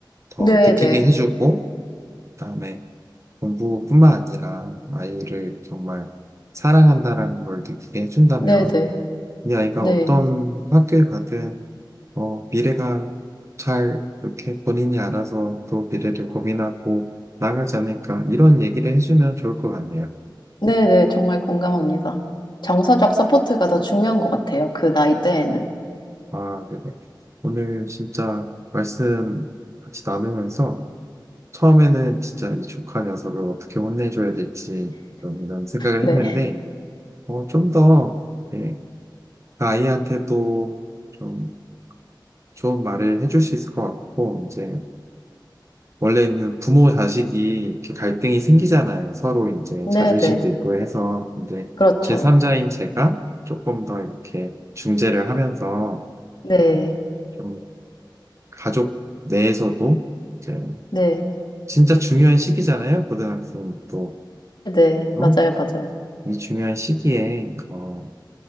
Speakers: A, on the right (about 40°); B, on the left (about 70°).
A: 더
B: 네네.
A: 느끼게 해주고 그다음에 공부뿐만 아니라 아이를 정말 사랑한다라는 걸 느끼게 해준다면
B: 네네.
A: 이 아이가
B: 네.
A: 어떤 학교에 가든 어, 미래가 잘 이렇게 본인이 알아서 또 미래를 고민하고 나가지 않을까 이런 얘기를 해주면 좋을 것 같네요.
B: 네네, 정말 공감합니다. 정서적 서포트가 더 중요한 것 같아요. 그 나이대에는.
A: 아, 네네. 오늘 진짜 말씀 같이 나누면서 처음에는 진짜 이 조카 녀석을 어떻게 혼내줘야 될지 좀 이런 생각을
B: 네.
A: 했는데 어, 좀 더, 예, 그 아이한테도 좀 좋은 말을 해줄 수 있을 것 같고 이제 원래는 부모 자식이 이렇게 갈등이 생기잖아요. 서로 이제
B: 네네.
A: 자존심도 있고 해서. 근데
B: 그렇죠.
A: 제3자인 제가 조금 더 이렇게 중재를 하면서
B: 네.
A: 어, 좀 가족 내에서도 이제
B: 네.
A: 진짜 중요한 시기잖아요. 고등학생이 또.
B: 네.
A: 어?
B: 맞아요. 맞아요.
A: 이 중요한 시기에 어,